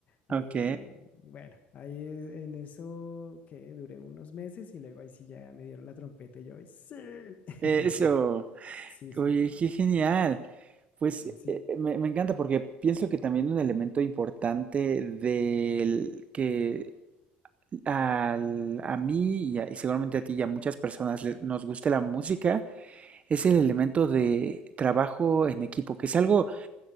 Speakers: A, on the left; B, on the right.
A: Eh,
B: Ok,
A: bueno, ahí e- en eso que duré unos meses y luego ahí sí ya me dieron la trompeta y yo, sí, <laughs>
B: eso,
A: sí, sí,
B: oye, qué genial. Pues
A: sí,
B: eh, me, me encanta porque pienso que también un elemento importante del que al- a mí y, a- y seguramente a ti y a muchas personas le- nos guste la música es el elemento de trabajo en equipo, que es algo